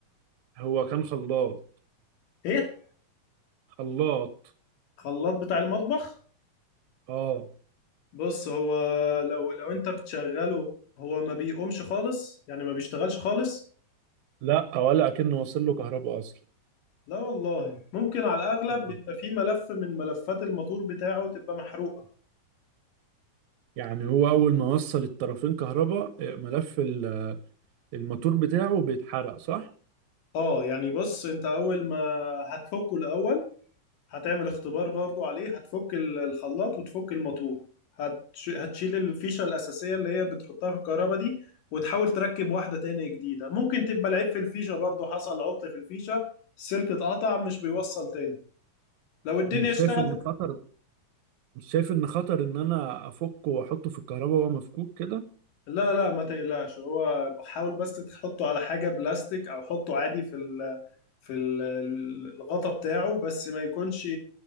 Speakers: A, on the right; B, on the left.
A: هو كان خلاط
B: ايه
A: خلاط
B: خلاط بتاع المطبخ
A: اه
B: بص هو لو لو انت بتشغله هو ما بيقومش خالص يعني ما بيشتغلش خالص
A: لا ولا أكنه وصل له كهرباء أصلا
B: لا والله ممكن على الاغلب
A: آه.
B: بيبقى فيه ملف من ملفات الموتور بتاعه تبقى محروقة
A: يعني هو أول ما وصل الطرفين كهرباء آه، ملف ال- الموتور بتاعه بيتحرق صح؟
B: اه يعني بص انت اول ما هتفكه الاول هتعمل اختبار برضو عليه هتفك ال- الخلاط وتفك الماتور هتش... هتشيل الفيشة الأساسية اللي هي بتحطها في الكهرباء دي وتحاول تركب واحدة تاني جديدة ممكن تبقى العيب في الفيشة برضو حصل عطل في الفيشة السلك اتقطع مش بيوصل تاني لو الدنيا
A: مش
B: اشتغلت
A: شايف إن خطر مش شايف إن خطر إن أنا أفكه وأحطه في الكهرباء وهو مفكوك كده؟
B: لا لا ما تقلقش هو حاول بس تحطه على حاجة بلاستيك أو حطه عادي في ال... في ال- ال- الغطا بتاعه بس ما يكونش